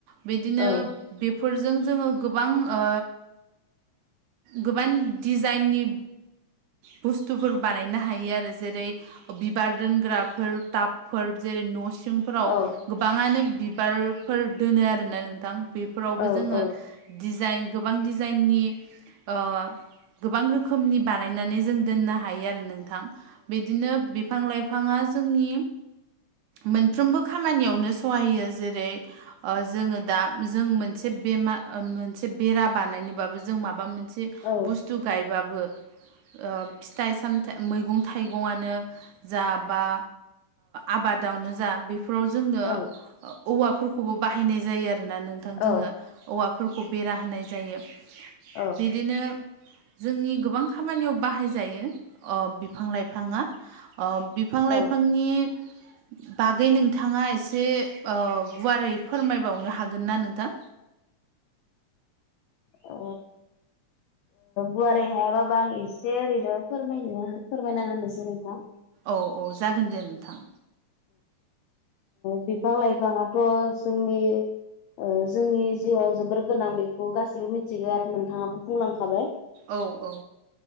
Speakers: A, on the right; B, on the left.
A: बिदिनो
B: औ
A: बेफोरजों जोङो गोबां ओ गोबां दिजाइननि बुस्थुफोर बानायनो हायो आरो जेरै बिबार दोनग्राफोर टाबफोर जेरै न' सिंफोराव
B: औ
A: गोबाङानो बिबारफोर दोनो आरोना नोंथां बेफोरावबो
B: औ
A: जोङो।
B: औ
A: डिजाइन गोबां डिजाइननि ओ गोबां रोखोमनि बानायनानै जों दोननो हायो आरो नोंथां। बिदिनो बिफां लाइफाङा जोंनि मोनफ्रोमबो खामानियावनो सहाय जेरै ओ जोङो दा जों मोनसे बेमा ओ मोनसे बेरा बानायनोबाबो जों माबा मोनसे
B: औ
A: बुस्थु गायबाबो ओ फिथाइ सामथाय मैगं थाइगङानो जा बा आबादावनो जा बेफोराव जोंनो
B: औ नोंथां
A: औवाफोरखौबो बाहायनाय जायो आरो। आरोना नोंथां जोङो
B: औ
A: औवाफोरखौ बेरा होनाय जायो
B: औ
A: बिदिनो। जोंनि गोबां खामानियाव बाहाय जायो बिफां लाइफाङा। बिफां लाइफांनि
B: औ
A: बागै नोंथाङा एसे गुवारै फोरमायबावनो हागोनना नोंथां।
B: अ। गुवारै हायाबाबा आं एसे ओरैनो फोरमायनो फोरमायना होनोसै नोंथां।
A: औ औ जागोन दे नोंथां।
B: बिफां लाइफाङाथ' जोंनि जोंनि जिउआव जोबोर गोनां बेखौ गाैबो मिथिगौ आरो नोंथाङाबो बुंलांखाबाय।
A: औ औ।